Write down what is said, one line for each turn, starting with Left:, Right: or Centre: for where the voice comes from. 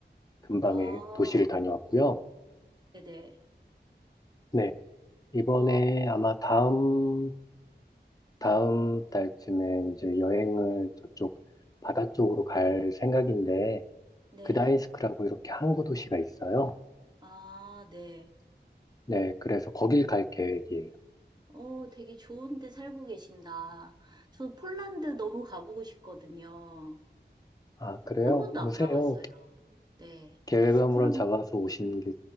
Left: 근방의
Right: 아,
Left: 도시를 다녀왔고요.
Right: 네네.
Left: 네. 이번에
Right: 어,
Left: 아마 다음, 다음 달쯤에 이제 여행을 저쪽 바다 쪽으로 갈 생각인데,
Right: 네.
Left: 그다인스크라고 이렇게 항구 도시가 있어요.
Right: 아, 네.
Left: 네, 그래서 거길 갈 계획이에요.
Right: 어, 되게 좋은 데 살고 계신다. 저 폴란드 너무 가보고 싶거든요.
Left: 아, 그래요?
Right: 한 번도
Left: 오세요.
Right: 안 가봤어요. 네.
Left: 계획을 한번
Right: 그럼,
Left: 잡아서 오시는 게